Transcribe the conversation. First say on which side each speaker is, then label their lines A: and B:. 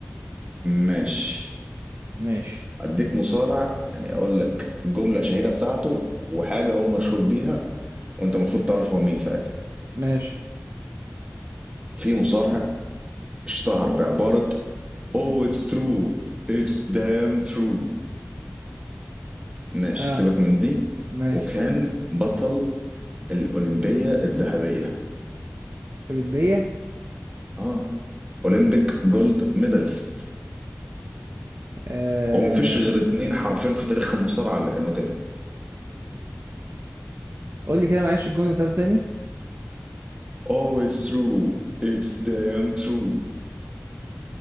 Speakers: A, on the right; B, on the right.
A: ماشي
B: ماشي
A: اديك مصارع يعني اقول لك جملة شهيرة بتاعته وحاجة هو مشهور بيها وانت المفروض تعرف هو مين ساعتها
B: ماشي
A: في مصارع اشتهر بعبارة Oh it's true it's damn true ماشي
B: اه
A: سيبك من دي
B: ماشي
A: وكان بطل الأولمبية الذهبية
B: أولمبية
A: اه أولمبيك جولد ميدالست
B: آه.
A: ومفيش غير اتنين حرفين في تاريخ المصارعة اللي كانوا كده
B: قول لي كده معلش الجملة بتاعته تاني
A: Oh it's true it's damn true